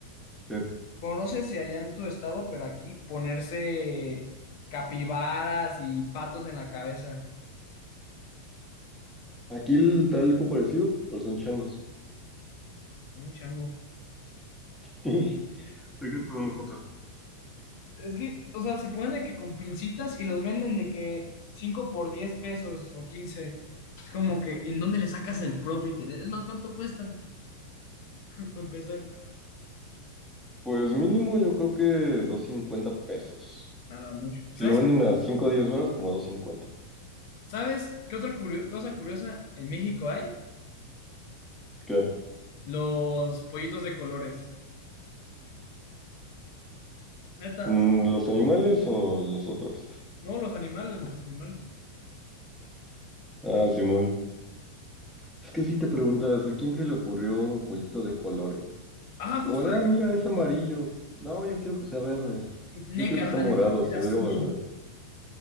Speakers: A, in the centre; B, on the left (about 50°).
A: Bien,
B: Bueno, no sé si allá en tu estado, pero aquí ponerse capibaras y patos en la cabeza.
A: Aquí el- da algo parecido, pero son changos.
B: Un chango.
A: <laughs> Fíjate una foto.
B: Es que, o sea, se ponen de que con pincitas y los venden de que 5 por 10 pesos o quince Es como que, ¿en dónde le sacas el profit? Es más, ¿cuánto cuestan? <laughs> Para empezar,
A: Pues mínimo yo creo que 250 pesos.
B: nada mucho. ¿Sabes,
A: Si lo venden a 5 o 10 varos, como 250.
B: ¿sabes qué otra curio- cosa curiosa en México hay?
A: ¿Qué?
B: Los pollitos de colores. Neta,
A: Mm, ¿Los animales o los otros?
B: no, los animales, los animales.
A: Ah, Simón. Es que si te preguntas, ¿a quién se le ocurrió un pollito de colores?
B: Ah,
A: Como
B: justo
A: de,
B: de
A: ah, mira, es amarillo. No, yo quiero que sea verde.
B: que,
A: Yo
B: Ne,
A: quiero
B: carnal,
A: que sea morado,
B: yo puse
A: se
B: azul.
A: ve mal.